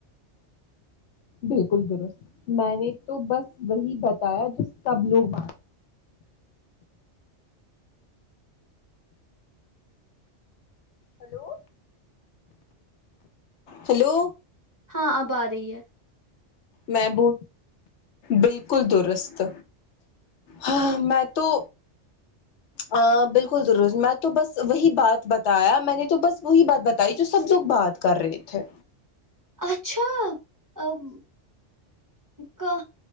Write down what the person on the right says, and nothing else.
ہاں اب آ رہی ہے
اچھا اب کہا